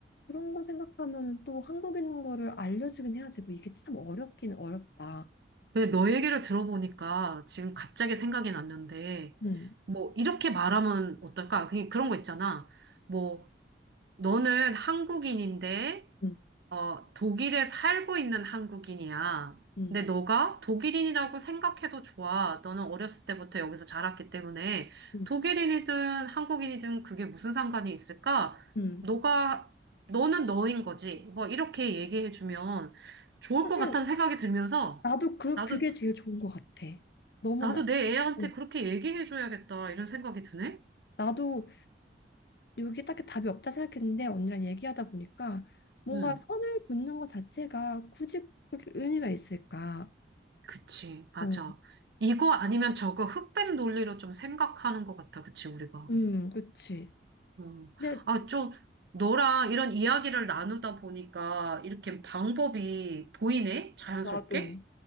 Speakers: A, on the left; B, on the right.
A: 그런 거 생각하면 또 한국인 거를 알려주긴 해야 되고 이게 참 어렵긴 어렵다.
B: 근데 너 얘기를 들어보니까 지금 갑자기 생각이 났는데,
A: 음,
B: 뭐, 이렇게 말하면 어떨까? 그냥 그런 거 있잖아. 뭐, 너는 한국인인데
A: 음,
B: 독일에 살고 있는 한국인이야.
A: 음,
B: 근데 너가 독일인이라고 생각해도 좋아. 너는 어렸을 때부터 여기서 자랐기 때문에
A: 음,
B: 독일인이든 한국인이든 그게 무슨 상관이 있을까?
A: 음.
B: 너가, 너는 너인 거지. 뭐, 이렇게 얘기해주면 좋을
A: 사실
B: 것 같다는 생각이 들면서
A: 나도 그
B: 나도
A: 그게 제일 좋은 것 같아. 너무
B: 나도
A: 나
B: 내 애한테
A: 어,
B: 그렇게 얘기해줘야겠다, 이런 생각이 드네?
A: 나도 여기 딱히 답이 없다 생각했는데 언니랑 얘기하다 보니까 뭔가
B: 응,
A: 선을 긋는 것 자체가 굳이 그렇게 의미가 있을까?
B: 그치, 맞아.
A: 어,
B: 이거 아니면 저거 흑백 논리로 좀 생각하는 것 같아, 그치, 우리가.
A: 음, 그치.
B: 어.
A: 근데
B: 아, 좀, 너랑 이런 이야기를 나누다 보니까 이렇게 방법이 보이네? 자연스럽게?
A: 나도